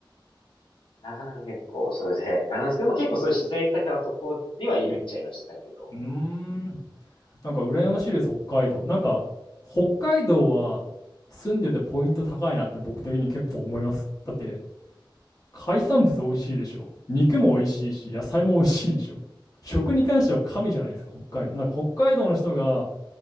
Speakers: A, on the left; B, on the left.
A: なかなか結構それで、あれなんですけど、まあ、結構そういう自然豊かなとこにはいるっちゃいましたけど、
B: うーん。なんか羨ましいです、北海道。なんか、北海道は住んでてポイント高いなって僕的に結構思います。だって、海産物美味しいでしょ。肉も美味しいし、野菜も美味しいでしょ。食に関しては神じゃないですか、北海道。なんか北海道の人が、